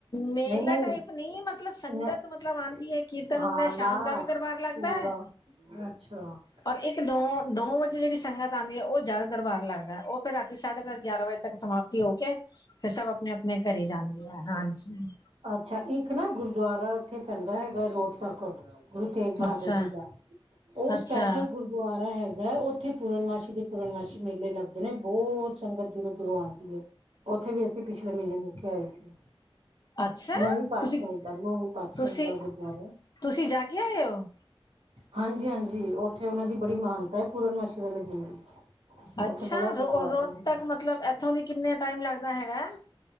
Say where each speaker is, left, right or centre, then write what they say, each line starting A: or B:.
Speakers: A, on the left (about 45°); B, on the right (about 80°).
A: ਮੇਲਾ
B: ਨਈ- ਨਈ,
A: ਟਾਈਪ ਨਹੀਂ ਮਤਲਬ ਸੰਗਤ
B: ਨਈ
A: ਮਤਲਬ ਆਉਂਦੀ ਹੈ ਕੀਰਤਨ
B: ਹਾ
A: ਹੁੰਦਾ ਸ਼ਾਮ
B: ਨਾ
A: ਦਾ ਵੀ ਦਰਬਾਰ ਲੱਗਦਾ
B: ਪੂਰਾ
A: ਹੈ
B: ਅੱਛਾ।
A: ਔਰ ਇੱਕ ਨੌ ਨੌ ਵਜੇ ਜੇੜੀ ਸੰਗਤ ਆਂਦੀ ਐ, ਉਹ ਜੈਦਾ ਦਰਬਾਰ ਲੱਗਦਾ, ਉਹ ਫਿਰ ਰਾਤੀ ਸਾਢੇ-ਦਸ, ਗਿਆਰਾਂ ਵਜੇ ਤੱਕ ਸਮਾਪ ਤੀ ਓ ਕੇ, ਫਿਰ ਸਭ ਅਪਣੇ-ਅਪਣੇ ਘਰੇ ਜਾਂਦੀ ਐ, ਹਾਂਜੀ।
B: ਅੱਛਾ, ਇੱਕ ਨਾ ਗੁਰਦੁਆਰਾ ਇੱਥੇ ਪੈਂਦਾ ਹੈਗਾ ਰੋਹਤੱਕ ਗੁਰੂ ਤੇਗ ਬਹਾਦਰ
A: ਅੱਛਾ
B: ਜੀ ਦਾ ਉਹ
A: ਅੱਛਾ
B: ਸਪੈਸ਼ਲ ਗੁਰ ਦੁਆਰਾ ਹੈਗਾ, ਉੱਥੇ ਪੂਰਨਮਾਸ਼ੀ ਦੇ ਪੂਰਨਮਾਸ਼ੀ ਮੇਲੇ ਲੱਗਦੇ ਨੇ, ਬੌਤ ਸੰਗਤ ਦੂਰੋਂ- ਦੂਰੋਂ ਆਂਦੀ ਏ। ਉੱਥੇ ਵੀ ਅਸੀਂ ਪਿਛਲੇ ਮਹੀਨੇ ਹੋ ਕੇ ਆਏ ਸੀ।
A: ਅੱਛਾ
B: ਨੋਵੀ ਪਾਤਸ਼ਾਹੀ
A: ਤੁਸੀਂ
B: ਦਾ, ਨੋਵੀ ਪਾਤਸ਼ਾਹੀ
A: ਤੁਸੀਂ
B: ਦਾ ਗੁਰਦੁਾਵਾਰਾ ਐ।
A: ਤੁਸੀਂ ਜਾ ਕੇ ਆਏ ਓ।
B: ਹਾਂਜੀ- ਹਾਂਜੀ, ਉੱਥੇ ਉਹਨਾਂ ਦੀ ਬੜੀ ਮਹਾਨ ਤਾ ਐ, ਪੂਰਨਮਾਸ਼ੀ ਵਾਲੇ ਦਿਨ ਦੀ,
A: ਅੱਛਾ
B: ਉੱਥੇ ਬੜਾ ਗੁਰਦਆਦਾ
A: ਰੋ ਰੋਜ਼
B: ਐ।
A: ਤੱਕ ਮਤਲਬ ਇੱਥੋਂ ਦੀ ਕਿੰਨੇ ਟਾਈਮ ਲੱਗਦਾ ਹੈਗਾ।